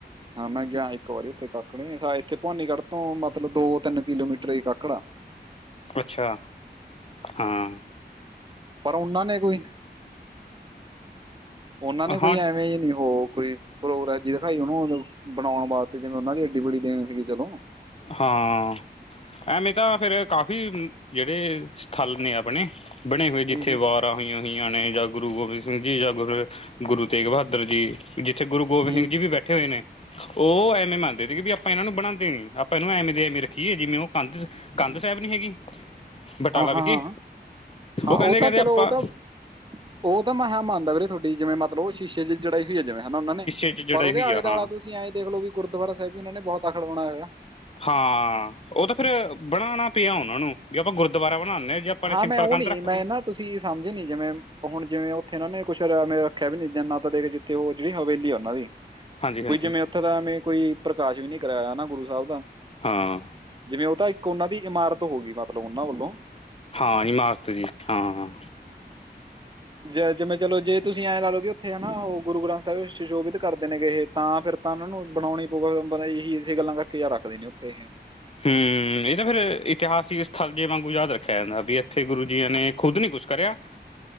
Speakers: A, on the right; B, on the left.
A: ਹਾਂ। ਮੈਂ ਗਿਆ ਇੱਕ ਵਾਰੀ ਉੱਥੇ ਕਾਕੜ ਇੱਥੇ, ਭਵਾਨੀਗੜ੍ਹ ਤੋਂ ਮਤਲਬ ਦੋ-ਤਿੰਨ ਕਿਲੋਮੀਟਰ ਹੀ ਕਾੱਕੜਾ।
B: ਅੱਛਾ, ਹਾਂ।
A: ਪਰ ਉਹਨਾਂ ਨੇ ਕੋਈ, ਉਹਨਾਂ ਨੇ
B: ਹਾਂ
A: ਕੋਈ ਐਵੇਂ ਨਹੀਂ ਹੋ ਕੋਈ ਪ੍ਰੋਗਰੈਸ ਦਿਖਾਈ, ਉਹਨੂੰਬ ਬਣਾਉਣ ਵਾਸਤੇ ਜਿਵੇਂ ਉਹਨਾਂ ਦੀ ਅੱਡੀ ਵੜੀ ਦੇਣ ਸੀਗੀ ਚਲੋ।
B: ਹਾਂ। ਐਵੇਂ ਤਾਂ ਫੇਰ ਕਾਫੀ, ਜਿਹੜੇ ਸਥਲ ਨੇ ਆਪਣੇ। ਬਣੇ ਹੋਏ। ਜਿੱਥੇ
A: ਹੂੰ
B: ਵਾਰਾਂ ਹੋਈਆਂ। ਹੋਈਆਂ ਨੇ, ਜਾਂ ਗੁਰੂ ਗੋਬਿੰਦ ਸਿੰਘ ਜੀ ਜਾਂ ਗੁਰ ਗੁਰੂ ਤੇਗ ਬਹਾਦਰ ਜੀ। ਜਿੱਥੇ ਗੁਰੂ ਗੋਬਿੰਦ
A: ਹੂੰ
B: ਸਿੰਘ ਜੀ ਵੀ ਬੈਠੇ ਹੋਏ ਨੇ। ਉਹ ਐਵੇਂ ਮੰਨਦੇ ਸੀਗੇ, ਵੀ ਆਪਾਂ ਇਹਨਾਂ ਨੂੰ ਬਣਾਦੇ ਨੀ। ਐਵੇਂ ਦੇ ਐਵੇਂ ਰੱਖੀ ਏ। ਜਿਵੇਂ ਉਹ ਕੰਧ ਕੰਧ ਸਾਹਿਬ ਨਹੀਂ ਹੈਗੀ ਬਟਾਲਾ
A: ਹਾਂ, ਹਾਂ,
B: ਵਿਖੇ
A: ਹਾਂ। ਹਾਂ, ਉਹ
B: ਕਹਿੰਦੇ
A: ਤਾਂ
B: ਕਹਿੰਦੇ
A: ਚਲੋ
B: ਆਪਾਂ
A: ਉਹ ਤਾਂ ਉਹ ਤਾਂ ਮੈਂ ਕਿਹਾ ਮੰਨਦਾ ਵੀਰੇ, ਤੁਹਾਡੀ ਜਿਵੇਂ ਮਤਲਬ ਉਹ ਸ਼ੀਸ਼ੇ ਜ ਜੜਾਈ ਹੋਈ ਐ, ਜਿਵੇਂ ਹਨਾ ਉਹਨਾਂ ਨੇ।
B: ਜੜਾਈ ਹੋਈ ਆ।
A: ਦੇਖ
B: ਹਾਂ।
A: ਲੋ ਤੁਸੀਂ ਵੀਐ ਦੇਖਲੋ ਵੀ ਗੁਰਦੁਆ ਸਾਹਿਬ ਵੀ ਉਹਨਾਂ ਨੇ ਬੋਤ ਤਕੜਾ ਬਣਾਇਆ ਹੋਇਆ
B: ਹਾਂ ਉਹ ਤਾਂ ਫੇਰ ਬਣਾਣਾ ਪਿਆ ਉਹਨਾਂ ਨੂੰ ਵੀ ਆਪਾਂ ਗੁਰਦੁਆਰਾ ਬਣਾਦੇ ਹਾਂ ਜੇ ਆਪਾਂ ਨੇ ਸਿੰਪਲ
A: ਮੈਂ ਉਹ
B: ਕੰਧ
A: ਨਹੀਂ
B: ਰੱਖਤੀ
A: ਮੈਂ ਨਾ ਤੁਸੀਂ ਸਮਝੇ ਨੀ ਜਿਵੇਂ ਉਹ ਹੁਣ ਜਿਵੇਂ ਉੱਥੇ ਇਹਨਾਂ ਨੇ ਕੁਛ ਮ ਰੱਖਿਆ ਵੀ ਨੀ ਨਾ ਤਾਂ ਦੇਖ ਜਿੱਥੇ ਉਹ ਜਿਹੜੀ ਹਵੇਲੀ ਆ ਉਹਨਾਂ ਦੀ
B: ਹਾਂਜੀ ਹਾਂਜੀ
A: ਕੋਈ ਜਿਵੇਂ ਉੱਥੇ ਦਾਵੇਂ ਕੋਈ ਪ੍ਰਕਾਸ਼ ਵੀ ਨੀ ਕਰਾਇਆ ਨਾ ਗੁਰੂ ਸਾਹਿਬ ਦਾ
B: ਹਾਂ
A: ਜਿਵੇਂ ਉਹ ਤਾਂ ਇੱਕ ਉਹਨਾਂ ਦੀ ਇਮਾਰਤ ਹੋ ਗਈ ਮਤਲਬ ਉਹਨਾਂ ਵੱਲੋਂ
B: ਹਾਂ ਇਮਾਰਤ ਜੀ ਹਾਂ ਹਾਂ
A: ਜ ਜਿਵੇਂ ਚਲੋ ਜੇ ਤੁਸੀਂ ਐਂ ਲਾਲੋ ਕਿ ਉੱਥੇ ਹਨਾ ਉਹ ਗੁਰੂ ਗ੍ਰੰਥ ਸਾਹਿਬ ਸੁਸ਼ੋਬਿਤ ਕਰਦੇ ਨੇ ਤਾਂ ਫਿਰ ਤਾਂ ਉਹਨਾਂ ਨੂੰ ਬਣਾਉਣੀ ਪਊਗਾ ਬੰਦਾ ਇਹੀ ਇਸੀੇ ਗੱਲਾਂ ਕਰਕੇ ਜਿਆਦਾ ਰੱਖਦੇ ਨੇ ਉੱਥੇ ਇਹੇ
B: ਹੂੰ, ਇਹ ਤਾਂ ਫੇਰ ਇਤਿਹਾਸਿਕ ਸਥਲ ਜੇ ਵਾਂਗੂ ਯਾਦ ਰੱਖਿਆ ਜਾਂਦਾ ਵੀ ਇੱਥੇ ਗੁਰੂ ਜੀ ਨੇ ਖੁੱਦ ਨੀ ਕੁੱਛ ਕਰਿਆ।